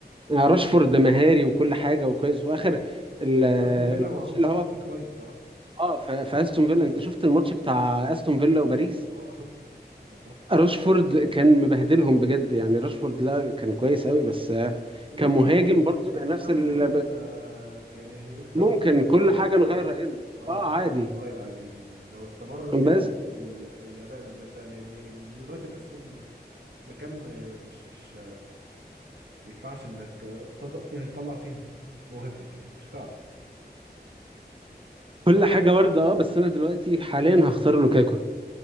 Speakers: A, on the right; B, on the right.
A: راشفورد مهاري وكل حاجة وكويس وفي آخر ال-
B: يعني
A: الماتش
B: في استون فيلا هو عامل
A: اللي هو بتاع
B: سيزون كويس صراحة
A: اه في في استون فيلا انت شفت الماتش بتاع استون فيلا وباريس
B: اه آه، شفت شفت ده كان تحفة
A: راشفورد كان مبهدلهم بجد يعني راشفورد لا كان كويس قوي بس آه
B: ممكن
A: كمهاجم برضه
B: كمان
A: نفس
B: خمس
A: ال...
B: سنين آه، يعني اللي اختار
A: ممكن
B: ده ده يتغير
A: كل حاجة نغير
B: فاهم
A: رأينا
B: اه
A: اه
B: ممكن
A: عادي
B: ده يتغير عادي جدا يعني لو استمر بال...
A: بس
B: بال... بالاداء ال- ده لان اليونايتد اساسا مكان ما مش مش آه، ما ينفعش انك آه، تط- يعني تطلع فيه موهبتك يعني مش هتعرف
A: كل حاجة وردة اه بس أنا دلوقتي حاليا هختار لوكاكو